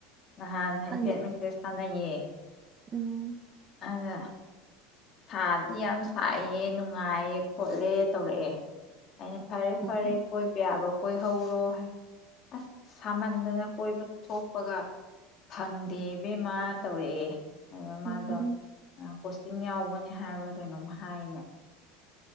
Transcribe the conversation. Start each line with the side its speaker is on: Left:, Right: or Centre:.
Left: ꯅꯍꯥꯟ ꯍꯥꯏꯐꯦꯠ
Right: ꯈꯪꯗꯦ
Left: ꯃꯦꯁꯦꯖ ꯊꯥꯅꯩꯌꯦ
Right: ꯎꯝ
Left: ꯑꯗ ꯁꯥꯗꯤ ꯌꯥꯝ ꯁꯥꯏꯌꯦ ꯅꯨꯡ ꯅꯨꯡꯉꯥꯏ ꯈꯣꯠꯂꯦ ꯇꯧꯔꯛꯑꯦ ꯑꯩꯅ ꯐꯔꯦ ꯐꯔꯦ
Right: ꯎꯝ
Left: ꯀꯣꯏꯕ ꯌꯥꯕ ꯀꯣꯏ ꯍꯧꯔꯣ ꯍꯥꯏ ꯑꯁ ꯁꯥꯃꯟꯗꯅ ꯀꯣꯏꯕ ꯊꯣꯛꯄꯒ ꯐꯪꯗꯦ ꯏꯕꯦꯝꯃ ꯇꯧꯔꯛꯑꯦ ꯑꯥ
Right: ꯎꯝ
Left: ꯃꯥꯗꯣ ꯄꯣꯁꯇꯤꯡ ꯌꯥꯎ ꯚꯣꯠꯅꯤ ꯍꯥꯏꯕ꯭ꯔꯥ ꯀꯩꯅꯣꯝ ꯍꯥꯏꯅꯦ